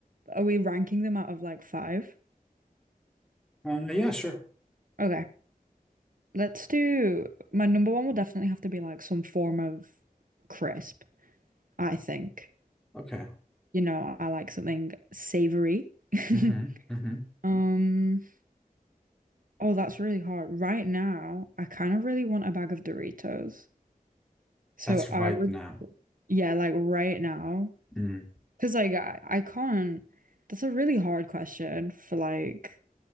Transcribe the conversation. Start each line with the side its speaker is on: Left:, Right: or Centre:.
Right: are we ranking them out of like five?
Centre: Uh, yeah, sure.
Right: Okay, let's do, my number one will definitely have to be like some form of crisp, I think.
Centre: Okay.
Right: You know, I like something savory. <laughs>
Centre: Mm-hmm. Mm-hmm.
Right: Um, oh, that's really hard. Right now, I kind of really want a bag of Doritos. So
Centre: That's right
Right: I would,
Centre: now.
Right: yeah, like right now.
Centre: Mm.
Right: Because like I, I can't. That's a really hard question for like